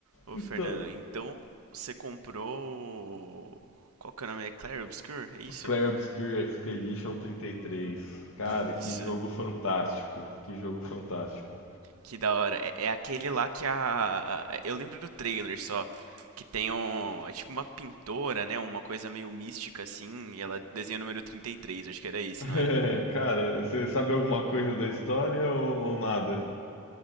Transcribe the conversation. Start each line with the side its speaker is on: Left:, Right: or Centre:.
Right: Ô,
Left: Então,
Right: Fernando, então você comprou. o- Qual que é o nome? É Clair Obscur? É isso?
Left: Clair Obscure Expedition 33. Cara,
Right: Isso.
Left: que jogo fantástico. Que jogo fantástico.
Right: Que da hora. É, é aquele lá que a. Eu lembro do trailer só. Que tem um. É tipo uma pintora, né? Uma coisa meio mística assim. E ela desenha o número trinta e três Acho que era esse, não
Left: É.
Right: era?
Left: <laughs> Cara, você sabe alguma coisa da história ou, ou nada?